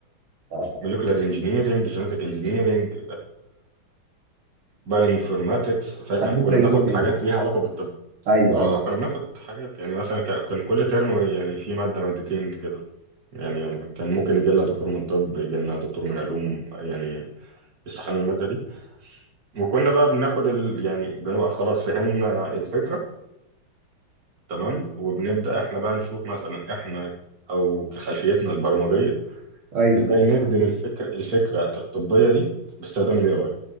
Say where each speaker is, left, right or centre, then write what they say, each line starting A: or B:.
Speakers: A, on the right; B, on the right.
A: آه،
B: موليكولار انجينيرنج جينيتك انجينيرنج بايوانفورماتكس فاهم
A: حاجات
B: كنا
A: زينا
B: بناخد حاجات
A: يعني
B: ليها علاقة بالطب
A: ايوه
B: اه
A: ايوه
B: اه كنا بناخد حاجات يعني مثلا ك- كان كل ترم يعني في مادة مادتين كده يعني كان ممكن يجي لنا دكتور من طب يجي لنا دكتور من علوم يعني يشرح لنا المادة دي وكنا بقى بناخد ال... يعني بنبقى خلاص فهمنا الفكرة تمام وبنبدأ احنا بقى نشوف مثلا احنا او كخلفيتنا البرمجية
A: ايوه
B: ازاي نخدم الفكر الفكرة الطبية دي باستخدام الاي اي